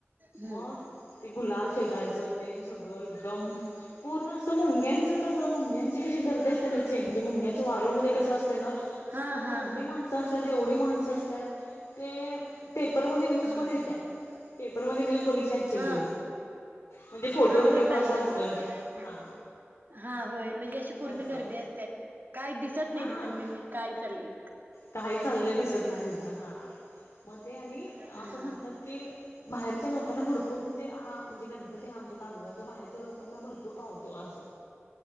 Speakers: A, on the right; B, on the left.
A: हम्म
B: मग ते गुलाल फेकायचं ते सगळं एकदम. पूर्ण असं मुंग्यांचं कसं मुंग्यांचे कश गर्दी असनाे मुंग्यांच वारू मध्ये कं असत ना तसं
A: हा
B: पूर्ण
A: हा
B: एवढी
A: हा
B: माण असतात एवढी माणसं असतात ते पेपरमध्ये न्यूज
A: हा
B: पण य त्या पेपरमध्ये न्यूज बघितल्याशील
A: हा
B: तू म्हणजे फोटो
A: हा
B: बिटो
A: होय
B: कसा
A: पाहिली
B: असतोय
A: मी ते पण.
B: हा.
A: हा होय म्हणजे अशी पूर्ण
B: तसं
A: गर्दी असते काय दिसत
B: हा
A: नाही तिथं मी काय चालली.
B: काही चाललं दिसत नाही तिथं हा. मग ते आणि
A: हा
B: असं म्हणतात की बाहेरच्या लोकांना भरपूर म्हणजे ह म्हणजे गण ते आमच्या तासगावच्या बाहेर लोकांना भरपूर पाहतो अस